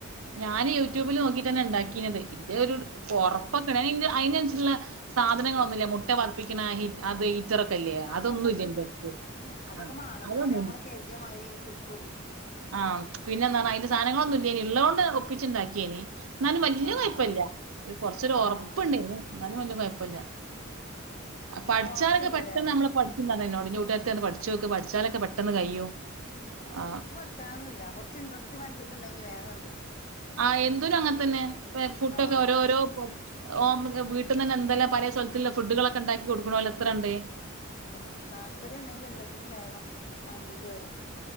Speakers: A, on the right; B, on the left.
A: ഞാന് യൂട്യൂബിൽ നോക്കിട്ടന്നെ ഉണ്ടാക്കീ ഇന്റെ ഒരു
B: ആഹ്
A: പറപ്പൊക്ക അതിന അനുസരിട്ടുള്ള സാധനങ്ങളൊന്നുമില്ല മുട്ട പദപ്പിക്കുന്ന അത് ഹീറ്ററൊക്കെ ഇല്ലേ
B: ആ
A: അതൊന്നും
B: അതൊക്കെ
A: ഇല്ല
B: ഉണ്ട്
A: ഇന്റെ അടുത്ത്.
B: അതൊക്കെ
A: ആ
B: മാണന്നാലേ
A: അതൊന്നും
B: നമ്മള് കരുതിയ മാതിരി കിട്ടുള്ളു
A: ആഹ് പിന്നെന്താ അന്റെ സാധനങ്ങളൊന്നും ഇല്ലേ ഉള്ളത്ണ്ട് ഒപ്പിച്ചു ഉണ്ടാക്കിയേനി എന്നും വലിയ
B: ആഹ്
A: കുഴപ്പല്ല കൊറച്ചൂരു
B: ആഹ്
A: ഉറപ്പുണ്ട്ന് എന്നാലും വലിയ കുഴപ്പില്ല പഠിച്ചാലൊക്കെ
B: സോഫ്റ്റ്ല്ലല്ലേ
A: പെട്ടെന്ന് നമ്മ കൂട്ടാത്തിന്ന് പഠിച്ചു നോക്ക് പഠിച്ചാലൊക്കെ പെട്ടെന്ന് കയ്യോ ആ
B: ന്നല്ല കുറച് ഇൻ്രസ്റ്റ് മനസ്സൊക്ക ഉണ്ടെങ്കി വേഗ ഉണ്ട്
A: ആഹ എന്തൊരും അങ്ങനെ തന്നെ ഫുഡൊക്കെ
B: ആഹ്
A: ഓരോഓരോ ഓ വീട്ടന്ന്ന്നെ എന്തെല്ലാം പല സ്ഥലുള്ള ഫുഡുകളൊക്കെ ഉണ്ടാക്കി കൊടുക്കണ അല്ലോ എത്ര ഉണ്ട്
B: ഉം താല്പര്യം ഉണ്ടെങ്കിൽ എല്ലാത്തിനും വേഗം മണ്ടി കയറും